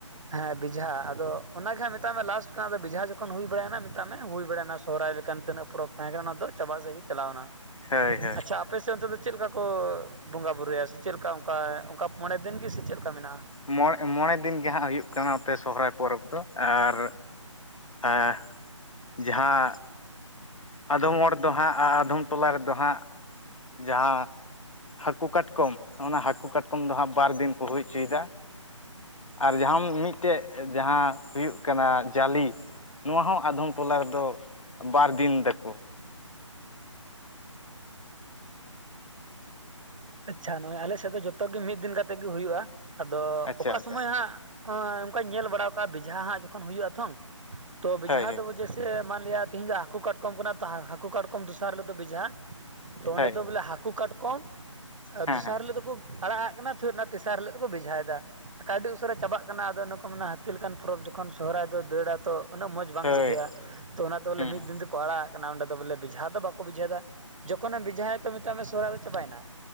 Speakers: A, on the right; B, on the left.
A: ᱦᱮᱸ ᱵᱮᱡᱷᱟ ᱟᱫᱚ ᱚᱱᱟᱜᱮ ᱦᱟᱸᱜ ᱢᱮᱛᱟᱜ ᱢᱮ ᱞᱟᱥᱴ ᱠᱟᱱᱟ ᱟᱫᱚ ᱵᱮᱡᱷᱟ ᱡᱚᱠᱷᱚᱱ ᱦᱩᱭ ᱵᱟᱲᱟᱭᱮᱱᱟ ᱢᱮᱛᱟᱜ ᱢᱮ ᱦᱩᱭ ᱵᱟᱲᱟᱭᱮᱱᱟ ᱥᱚᱦᱨᱟᱭ ᱞᱮᱠᱟᱱ ᱛᱤᱱᱟᱹᱜ ᱯᱚᱨᱚᱵᱽ ᱛᱟᱦᱮᱸ ᱠᱟᱱᱟ ᱚᱱᱟ ᱫᱚ ᱪᱟᱵᱟ ᱥᱮᱫ ᱜᱮ ᱪᱟᱞᱟᱣ ᱮᱱᱟ
B: ᱦᱳᱭ
A: ᱾
B: ᱦᱳᱭ
A: ᱟᱪᱪᱷᱟ ᱟᱯᱮ ᱥᱮᱫ ᱚᱱᱛᱮ ᱫᱚ ᱪᱮᱫ ᱞᱮᱠᱟ ᱠᱚ ᱵᱚᱸᱜᱟ ᱵᱩᱨᱩᱭᱟ ᱥᱮ ᱪᱮᱫ ᱞᱮᱠᱟ ᱚᱱᱠᱟ ᱚᱱᱠᱟ ᱢᱚᱬᱮ ᱫᱤᱱ ᱜᱮ ᱥᱮ ᱪᱮᱫ ᱞᱮᱠᱟ ᱢᱮᱱᱟᱜᱼᱟ?
B: ᱢᱚᱬ ᱢᱚᱬᱮ ᱫᱤᱱ ᱜᱮ ᱦᱟᱸᱜ ᱦᱩᱭᱩᱜ ᱠᱟᱱᱟ ᱱᱚᱛᱮ ᱥᱚᱨᱦᱟᱭ ᱯᱚᱨᱚᱵᱽ ᱫᱚ, ᱟᱨ ᱮᱸᱜ ᱡᱟᱦᱟᱸ ᱟᱫᱚᱢ ᱦᱚᱲ ᱫᱚ ᱦᱟᱸᱜ ᱟᱨ ᱟᱫᱷᱚᱢ ᱴᱚᱞᱟ ᱨᱮᱫᱚ ᱦᱟᱸᱜ ᱡᱟᱦᱟᱸ ᱦᱟᱹᱠᱩ ᱠᱟᱴ ᱠᱚᱢ ᱚᱱᱟ ᱦᱟᱹᱠᱩ ᱠᱟᱴᱠᱚᱢ ᱫᱚ ᱦᱟᱸᱜ ᱵᱟᱨ ᱫᱤᱱ ᱠᱚ ᱦᱩᱭ ᱦᱚᱪᱚᱭᱫᱟ ᱾ ᱟᱨ ᱡᱟᱦᱟᱸᱢ ᱢᱤᱫᱴᱮᱡ ᱡᱟᱦᱟᱸ ᱦᱩᱭᱩᱜ ᱠᱟᱱᱟ ᱡᱟᱞᱤ ᱱᱚᱣᱟ ᱦᱚᱸ ᱟᱫᱷᱚᱢ ᱴᱚᱞᱟ ᱨᱮᱫᱚ ᱵᱟᱨ ᱫᱤᱱ ᱫᱟᱠᱚ ᱾
A: ᱟᱪᱪᱷᱟ ᱱᱚᱜᱼᱚᱭ ᱟᱞᱮ ᱥᱮᱫ ᱫᱚ ᱡᱷᱚᱛᱚ ᱜᱮ ᱢᱤᱫ ᱫᱤᱱ ᱠᱟᱛᱮᱜ ᱜᱮ ᱦᱩᱭᱩᱜᱼᱟ, ᱟᱫᱚ
B: ᱟᱪᱪᱷᱟ
A: ᱚᱠᱟ
B: ᱟᱪᱪᱷᱟ
A: ᱥᱩᱢᱚᱭ ᱦᱟᱸᱜ, ᱞ ᱮᱸ ᱚᱝᱠᱟᱧ ᱧᱮᱞ ᱵᱟᱲᱟ ᱠᱟᱜᱼᱟ ᱵᱮᱡᱷᱟ ᱦᱟᱸᱜ ᱡᱚᱠᱷᱚᱱ ᱦᱩᱭᱩᱜ ᱟ ᱛᱷᱚᱝ ᱛᱚ ᱵᱮᱡᱷᱟ
B: ᱦᱳᱭ ᱦᱳᱭ
A: ᱫᱚ ᱥᱮ ᱢᱟᱱᱞᱭᱟ ᱛᱤᱦᱤᱧ ᱫᱚ ᱦᱟᱹᱠᱩ ᱠᱟᱴᱠᱚᱢ ᱠᱟᱱᱟ ᱛᱚ ᱦᱟᱹᱠᱩ ᱠᱟᱴᱠᱚᱢ ᱫᱚᱥᱟᱨ ᱦᱤᱞᱳᱜ ᱫᱚ ᱵᱮᱡᱷᱟ ᱛᱚ ᱚᱸᱰᱮ
B: ᱦᱳᱭ
A: ᱫᱚ ᱵᱚᱞᱮ ᱦᱟᱹᱠᱩ ᱠᱟᱴᱠᱚᱢ ᱟ
B: ᱦᱮᱸ
A: ᱫᱚᱥᱟᱨ
B: ᱦᱮᱸ
A: ᱦᱤᱞᱳᱜ ᱫᱚᱠᱚ ᱟᱲᱟᱜ ᱟᱜ ᱠᱟᱱᱟ, ᱯᱷᱮᱨ ᱚᱱᱟ ᱛᱮᱥᱟᱨ ᱦᱤᱞᱳᱜ ᱫᱚᱠᱚ ᱵᱮᱡᱷᱟᱭᱫᱟ ᱾ ᱠᱟᱹᱣᱰᱤ ᱩᱥᱟᱹᱨᱟ ᱪᱟᱵᱟᱜ ᱠᱟᱱᱟ ᱟᱫᱚ ᱤᱱᱚ ᱠᱚ ᱢᱮᱱᱟ ᱦᱟᱹᱛᱤ ᱞᱮᱠᱟᱱ ᱯᱚᱨᱚᱵᱽ ᱡᱚᱠᱷᱚᱱ ᱥᱚᱦᱚᱨᱟᱭ ᱫᱚ ᱫᱟᱹᱲᱟᱛᱚ ᱩᱱᱟᱹᱜ ᱢᱚᱡ ᱵᱟᱝ
B: ᱦᱳᱭ
A: ᱵᱩᱡᱷᱟᱹᱜᱼᱟ ᱛᱚ ᱚᱱᱟᱛᱮ ᱵᱚᱞᱮ
B: ᱦᱩᱸ
A: ᱢᱤᱫ
B: ᱦᱩᱸ
A: ᱫᱤᱱ ᱫᱚᱠᱚ ᱟᱲᱟᱜᱟᱜ ᱠᱟᱱᱟ ᱚᱸᱰᱮ ᱫᱚ ᱵᱚᱞᱮ ᱵᱮᱚᱡᱷᱟ ᱫᱚ ᱵᱟᱠᱚ ᱵᱮᱡᱷᱟᱣᱫᱟ ᱾ ᱡᱚᱠᱷᱚᱱᱮᱢ ᱵᱷᱤᱡᱷᱟᱭᱟ ᱛᱚ ᱢᱮᱛᱟᱜ ᱢᱮ ᱥᱚᱨᱚᱦᱟ ᱫᱚ ᱪᱟᱵᱟᱭᱱᱟ ᱾